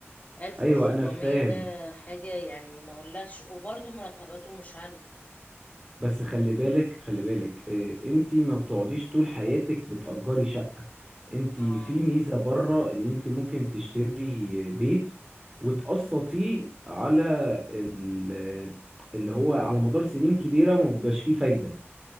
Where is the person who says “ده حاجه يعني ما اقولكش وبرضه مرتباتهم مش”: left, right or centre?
Left